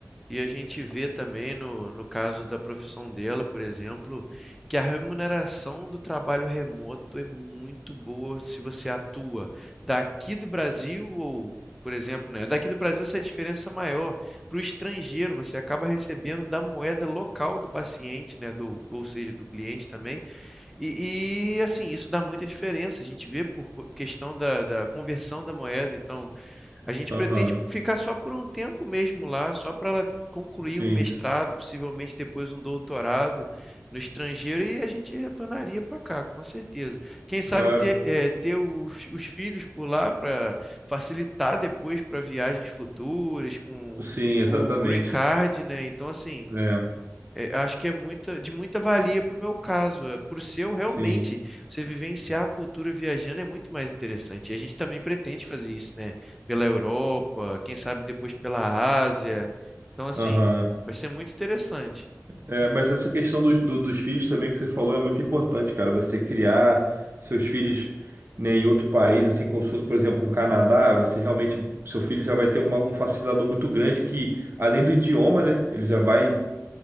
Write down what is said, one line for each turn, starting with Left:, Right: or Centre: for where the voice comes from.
Centre: E a gente vê também, no, no caso da profissão dela, por exemplo, que a remuneração do trabalho remoto é muito boa se você atua daqui do Brasil ou, por exemplo, né, daqui do Brasil essa é a diferença é maior. Para o estrangeiro, você acaba recebendo da moeda local do paciente, né, do, ou seja, do cliente também. E, e, assim, isso dá muita diferença. A gente vê por co- questão da, da conversão da moeda. Então, a gente
Right: Aham,
Centre: pretende ficar só por um tempo mesmo lá, só para ela concluir
Right: sim,
Centre: um mestrado, possivelmente depois um doutorado no estrangeiro, e a gente retornaria para cá, com certeza. Quem sabe
Right: claro,
Centre: ter, eh, ter os, os filhos por lá para facilitar depois para viagens futuras com
Right: sim, exatamente.
Centre: o Green Card, né? Então, assim
Right: É,
Centre: é, eu acho que é muita, de muita valia para o meu caso. É, para o seu, realmente,
Right: sim,
Centre: você vivenciar a cultura viajando é muito mais interessante. E a gente também pretende fazer isso, né? Pela Europa, quem sabe depois pela Ásia. Então, assim,
Right: aham.
Centre: vai ser muito interessante.
Right: É, mas essa questão dos, do- dos filhos também que você falou é muito importante, cara. Você criar seus filhos, né, em outro país, assim como se fosse, por exemplo, um Canadá, você realmente, seu filho já vai ter uma- um facilitador muito grande que, além do idioma, né, ele já vai